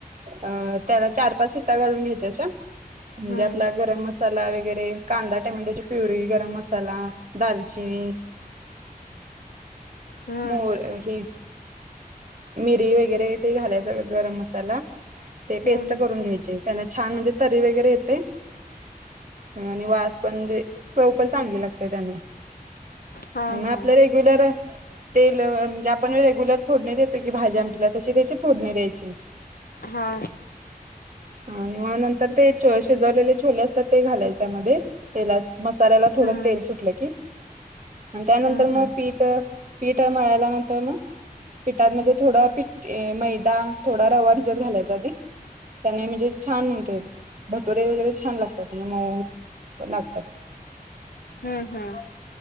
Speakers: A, on the right; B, on the left.
A: अ त्यान चार पाच सि्ट काढून घ्यायच्या म्हण
B: हम्म
A: आप गरम म व कांदा टमॅटोची प्युरी गरम मसाला दालचिनी
B: हम्म
A: मोर हे मिरी वगैरे तेे घालायचं गरम मसाला ते
B: हम्म
A: पेस्ट
B: हम्म
A: करून घ्यायचे त्यां छान म्हणजे तरी वगैरे येते आणि वास पणणजे चव पण चांगली लागते त्याने
B: हा
A: आणि मग
B: हा
A: आपल्या रेग्युलर तेल आपण रेगुलर खोड क भाजी आमटला तशी द्यायची फोडणी द्यायची
B: हा
A: आणि म नंतर ते शिजवलेले छोले असतात ते घालायच त्यामध्ये तेलात मसाल्याला थोडं
B: हम्म
A: तेल सुटलं की आणि त्यानंतर
B: हम्म
A: मग
B: हम्म
A: पीठ पीठ मळाल्या नंतर मग पीठातमध्ये थोडा पठ मैदा थोडा रवा भिजत घालायचा त्याने म्हणजे छान होते भटोरे वगैरे छान लागतात आणि म लागतात
B: हम्म हम्म